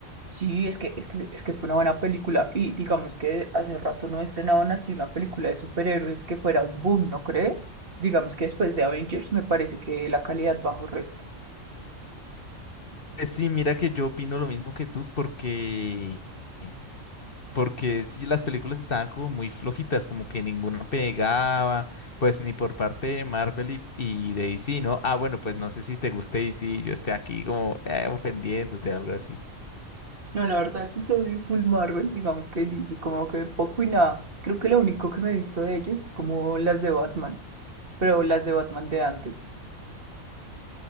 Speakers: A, on the right; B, on the left.
A: Sí, es que, es que, es que fue una buena película. Y digamos que hace rato no estrenaban así una película de superhéroes que fuera un boom, ¿no crees? Digamos que después de Avengers me parece que la calidad bajó resto.
B: Pues sí, mira que yo opino lo mismo que tú porque, eh, porque sí, las películas estaban como muy flojitas, como que ninguna pegaba, pues ni por parte de Marvel y, y de DC, ¿no? Ah, bueno, pues no sé si te guste DC, yo esté aquí como eh, ofendiéndote, algo así.
A: No, la verdad sí soy full Marvel, digamos que dice como que poco y nada. Creo que lo único que me he visto de ellos es como las de Batman, pero las de Batman de antes.